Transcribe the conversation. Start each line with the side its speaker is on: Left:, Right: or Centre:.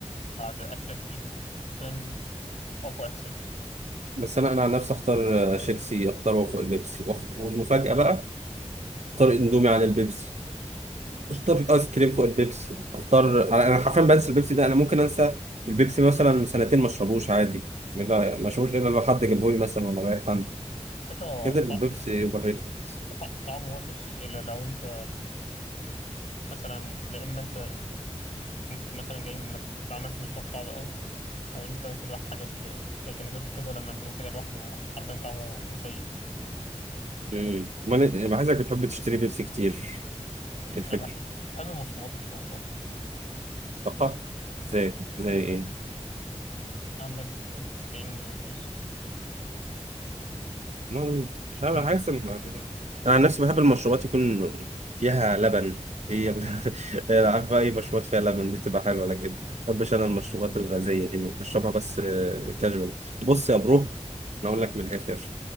Left: بعد أكلة تقيلة حرفيا أقوى إحساس
Right: بس أنا أنا عن نفسي أختار شيبسي أختاره فوق البيبسي وأخ- والمفاجأة بقى أختار إندومي على البيبسي أختار آيس كريم فوق البيبسي أختار أنا أنا حرفيا بنسى البيبسي ده أنا ممكن أنسى البيبسي مثلا سنتين ما أشربوش عادي ما ما أشربوش إلا لو حد جابهولي مثلا وأنا رايح عند
Left: فكرة هو
Right: كده البيبسي
Left: طع...
Right: اوفر ريتد
Left: طع... طعمه وحش إلا لو أنت مثلا لا إما أنت كنت مثلا جاي من مك... عملت مشوار صعب قوي أو أنت واكل واحد حاجة تقيلة قوي لكن غير كده لما تدوق كده لوحده حرفيا طعمه سيء
Right: امم امال إيه؟ بحسك بتحب تشتري بيبسي كتير
Left: مم. أنا
Right: ايه الفكره
Left: بح- بحب مشروبات الطاقة
Right: طاقه زي
Left: مم.
Right: زي ايه
Left: زي عندك ستينج وتويست
Right: مم، مش عارف
Left: مم.
Right: حاسس ان انا عن نفسي بحب المشروبات يكون فيها لبن هي ال- <laughs> هي عارف بقى اي مشروبات فيها لبن دي تبقى حلوه لكن ما
Left: مم.
Right: بحبش انا المشروبات الغازيه دي بشربها بس كاجوال بص يا برو انا اقول لك من الاخر